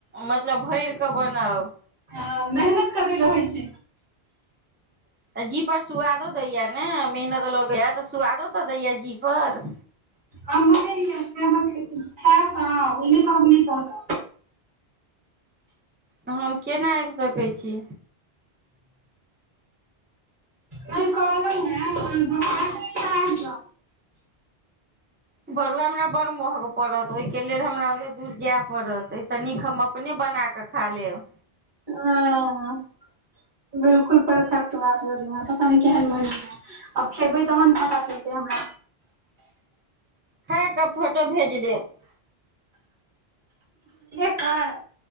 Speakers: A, on the right; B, on the right.
A: मतलब भैरर कऽ बनाउ
B: हां मेहनत कतेय रहै छै
A: जी पर सुआदो दैया ने मेहनत लगैया तऽ सुआदो तऽ दैया जी पर
B: हम बनेलिए खाब त आउ ओ नहि कहब जें नहि कहलक
A: ऽ हम केना आबि सकैत छी
B: नै कहलहूँ ऐं बरसाटे ता आबि जाउ
A: बरला हमरा बड़ महग पड़त ओहिके लेल हमरा ओतय दूर जाय पड़त एहिसँ नीक हम अपने बनाकऽ खा लेब
B: हां अ बिलकुल परफेक्ट बात बजलु है पता ने केहन बनल आब खेबै तहन पता चलतै हमरा
A: खाकेऽ फोटो भेज देब
B: बाय